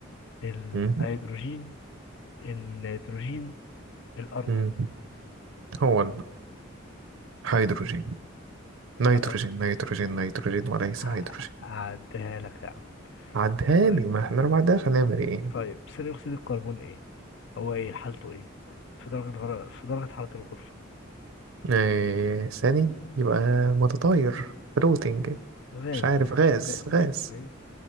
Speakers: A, on the left (about 65°); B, on the right (about 70°).
A: الهيدروجين
B: مم.
A: النيتروجين الأرجون
B: مم. هو الهيدروجين نيتروجين
A: لا
B: نيتروجين نيتروجين وليس
A: ه-
B: هيدروجين
A: هعديها لك يا عم
B: عدها
A: طيب
B: لي ما احنا لو ما عدهاش هنعمل ايه
A: طيب ثاني أكسيد الكربون إيه؟ هو إيه حالته إيه؟ في درجة غر... في درجة حرارة الغرفة
B: آه، ثاني يبقى متطاير فلوتنج
A: غاز
B: مش عارف
A: ماشي
B: غاز
A: غاز
B: غاز
A: أيوه أيوه